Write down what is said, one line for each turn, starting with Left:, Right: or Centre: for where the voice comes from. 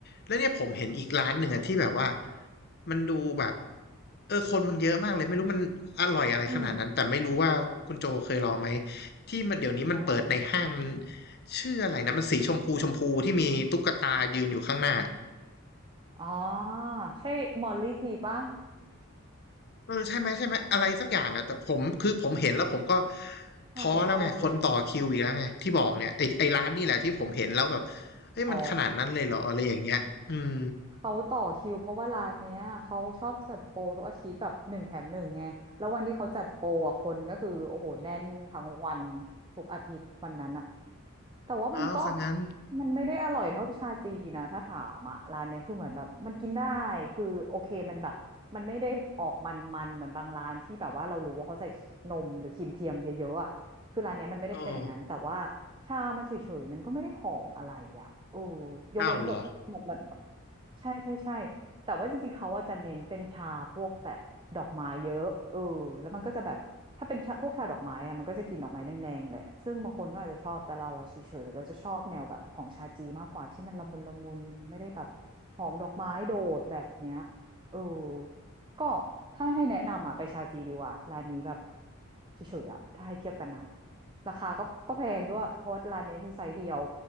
Left: แล้วเนี่ยผมเห็นอีกร้านหนึ่งอะที่แบบว่ามันดูแบบเออคนมันเยอะมากเลยไม่รู้มันอร่อยอะไรขนาดนั้นแต่ไม่รู้ว่าคุณโจเคยลองไหม
Right: <laughs> อืม
Left: ที่มันเดี๋ยวนี้มันเปิดในห้างมัน
Right: ร้านไหนครับ
Left: ชื่ออะไรนะมันสีชมพูชมพูที่มีตุ๊กตายืนอยู่ข้างหน้า
Right: อ๋อใช่มอลลี่ทีปะ
Left: เออใช่ไหมใช่ไหมอะไรสักอย่างอ่ะแต่ผมคือผมเห็นแล้วผมก็ท้อแล้วไงคนต่อคิวอีกแล้วไงที่บอกเนี่ยไอไอร้านนี่แหละที่ผมเห็นแล้วแบบ
Right: น่าจะใช่เลย
Left: เฮ้ยมันขนาดนั้นเลยเหรออะไรอย่างเงี้ยอืม
Right: อ๋อ เขาต่อคิวเพราะว่าร้านเนี้ยเขาชอบจัดโปรทุกอาทิตย์แบบหนึ่งแถมหนึ่งไงแล้ววันที่เขาจัดโปรอ่ะคนก็คือโอ้โหแน่นทั้งวันทุกอาทิตย์วันนั้นอะแต่ว่ามันก็
Left: อ้าวซะงั้น
Right: มันไม่ได้อร่อยเท่าชาจีนะถ้าถามอะร้านเนี้ยคือเหมือนแบบมันกินได้คือโอเคมันแบบมันไม่ได้ออกมันมันเหมือนบางร้านที่แบบว่าเรารู้ว่าเขาใส่นมหรือครีมเทียมเยอะๆอะคือร้านเนี้ยมันไม่ได้เป็นอย่างนั้นแต่ว่า
Left: โอ้
Right: ชามันเฉยๆมันก็ไม่ได้หอมอะไรอะโอ้ยกเว้นแบบเหมือนเหมือน
Left: เอ้าวเหรอ
Right: ใช่ใช่ใช่แต่ว่าจริงๆเขาว่าจะเน้นเป็นชาพวกแบบดอกไม้เยอะเออแล้วมันก็จะแบบถ้าเป็นชาพวกชาดอกไม้อะมันก็จะกินดอกไม้แรงๆแหละซึ่งบางคนก็อาจจะชอบแต่เราอะเฉยๆเราจะชอบแนวแบบของชาจีมากกว่าที่มันละมุนละมุนไม่ได้แบบหอมดอกไม้โดดแบบเนี้ยเออก็ถ้าให้แนะนำอะไปชาจีดีกว่าร้านนี้แบบเฉยๆอะถ้าให้เทียบกันนะราคาก็ก็แพงด้วยเพราะว่าร้านเนี้ยมีไซส์เดียว